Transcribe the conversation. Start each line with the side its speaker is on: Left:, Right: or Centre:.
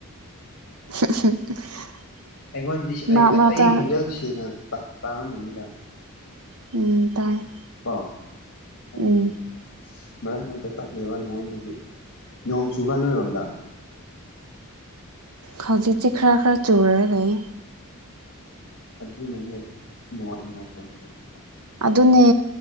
Right: <unintelligible>
Left: ꯑꯩꯉꯣꯟꯗꯤ
Right: ꯃꯔꯛ
Left: ꯑꯩ ꯑꯩꯒꯤ
Right: ꯃꯔꯛꯇ
Left: ꯈꯣꯟꯖꯦꯜꯁꯤ ꯁꯦꯡꯅ ꯇꯥꯔꯝꯒꯅꯤꯗ
Right: ꯎꯝ ꯇꯥꯏ
Left: ꯑ ꯅꯪꯒꯤ
Right: ꯎꯝ
Left: ꯃꯔꯛ ꯃꯔꯛꯇ ꯀꯛꯅꯦꯕ ꯅꯉꯣꯟꯗꯨꯒꯤ ꯅꯣꯡ ꯆꯨꯕ ꯅꯣꯏꯔꯣꯝꯗ
Right: ꯍꯧꯖꯤꯛꯁꯤ ꯈꯔ ꯈꯔ ꯆꯨꯔ ꯂꯩ
Left: ꯑꯗꯨꯅꯅꯦꯕ ꯅꯨꯡꯉ ꯅꯨꯡꯉꯥꯏꯇꯕꯗꯨꯗ
Right: ꯑꯗꯨꯅꯦ